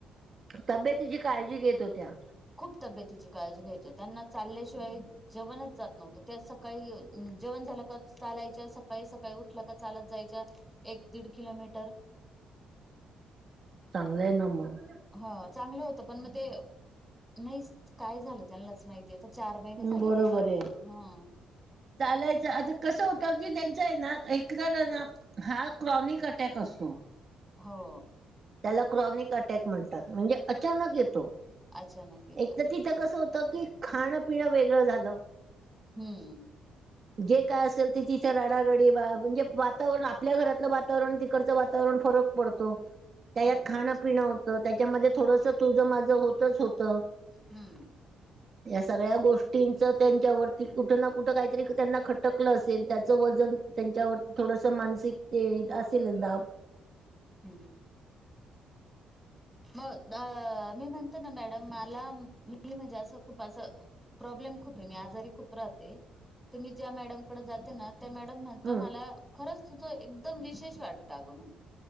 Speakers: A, on the right (about 45°); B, in the centre.
A: तब्येतीची काळजी घेतं होत्यां
B: खूंप तब्यतीची काळजी घ्यायची त्यांना चालल्यांशिवाय जेवणंच जातं नव्हतं त्यां सकाळीं जेवणं झालं कां चालायंच्या सकाळीं सकाळीं उठल्यां की चालतं जायंच्या एक दीड किलोमीटर
A: चांगलंय नां मगं,
B: हं चांगलं होतं पणं मंग ते नाहींच, कायं झालं त्यांनां चं माहिती. त्यांचं चार महिने
A: बरोबर
B: झाले त्यांना,
A: आहे.
B: हम्मं.
A: चालायचं, आंता कसं होतं की त्यांच्या ए नां, एकतरं ए नां.. हां क्रॉनिक अटॅक असतो.
B: हो.
A: त्याला क्रॉनिक अटॅक म्हणतात म्हणजे अचानक येतो,
B: अचानक येतो
A: एक तर ती तिथ कसं होत की, खाण पिणं वेगळं झालं
B: हम्म.
A: जे काय असेल, ते तिच रडारडी बा म्हणजे वातावरण आपल्या घरातलं वाता तरूण तिकडचं वातावरण फरक पडतो त्या यात
B: फरक
A: खाणं
B: पडतो
A: पिणं होतं, त्याच्यामध्ये थोडंस तुझं माझं होतच होतं.
B: हम्म.
A: या सगळ्या गोष्टींचं त्यांच्यावरती कुठं ना कुठं काहीतरी त्यांना खटकलं असेल, त्याचं वजन त्यांच्यावरती थोडस मानसिक ते असेलच दाब
B: हम्म. बरं, मग अह मी म्हणतो ना मॅडम, मला, मी म्हणजे असं खूप असं प्रॉब्लेम खूप आहे, मी आजारी खूप राहते, तुम्ही ज्या मॅडमकडे जाताना त्या मॅडम म्हणत
A: हम्म
B: मला खरंच तुझं एकदम विशेष वाटतं अगं म्हणे